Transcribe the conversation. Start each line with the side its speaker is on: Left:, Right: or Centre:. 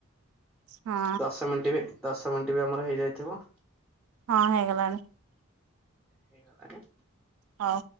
Right: ହଁ
Centre: ଦଶ ମିନିଟ ବି ଦଶ ମିନିଟ ବି ଆମର ହେଇଯାଇଥିବ।
Right: ହଁ ହେଇଗଲାଣି।
Centre: ହେଇଗଲା।
Right: ହଉ।